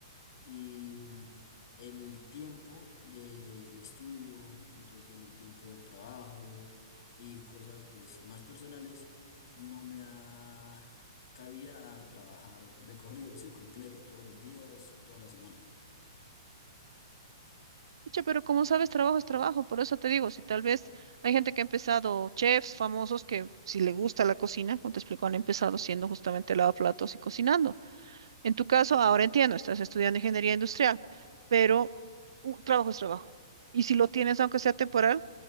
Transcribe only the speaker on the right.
Pucha, pero como sabes, trabajo es trabajo, por eso te digo, si tal vez hay gente que ha empezado, chefs famosos que si le gusta la cocina, como te explico, han empezado siendo justamente lavaplatos y cocinando. En tu caso, ahora entiendo, estás estudiando ingeniería industrial, pero un trabajo es trabajo. Y si lo tienes, aunque sea temporal,